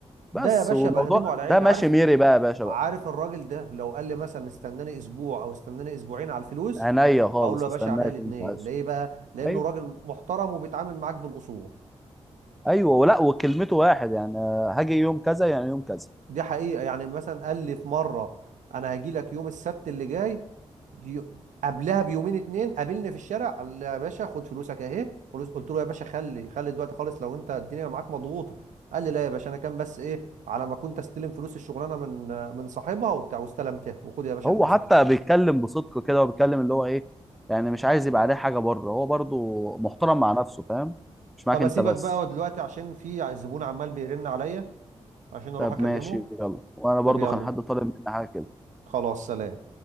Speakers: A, in the centre; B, on the right.
A: بس
B: ده يا باشا
A: والموضوع
B: بخدمه على عيني
A: ده ماشي
B: عارف
A: ميري بقى يا باشا بقى
B: عارف الراجل ده لو قال لي مثلا استناني أسبوع أو استناني أسبوعين على الفلوس
A: عينيا خالص
B: هقول له يا
A: استناك
B: باشا عينيا الاتنين
A: انت عايز
B: ليه بقى؟ لأنه
A: ايوه
B: راجل محترم وبيتعامل معاك بالأصول
A: ايوه ولا وكلمته واحد يعني آه، هاجي يوم كذا يعني يوم كذا
B: دي حقيقة يعني مثلا قال لي في مرة أنا هاجي لك يوم السبت اللي جاي ي- قبلها بيومين اتنين قابلني في الشارع قال لي يا باشا خد فلوسك أهي فلوس قلت له يا باشا خلي خلي دلوقتي خالص لو أنت الدنيا معاك مضغوطة قال لي لا يا باشا أنا كان بس إيه على ما كنت أستلم فلوس الشغلانة من من صاحبها وبتاع واستلمتها وخد يا باشا
A: هو
B: فلوسك
A: حتى بيتكلم بصدق كده وبيتكلم اللي هو ايه يعني مش عايز يبقى عليه حاجه بره هو برضو محترم مع نفسه فاهم مش معاك
B: طب أسيبك
A: انت بس
B: بقى دلوقتي عشان في زبون عمال بيرن عليا عشان أروح
A: طب
B: أكلمه
A: ماشي يلا وانا برضو
B: طب يلا
A: كان حد طالب مني حاجه كده
B: خلاص سلام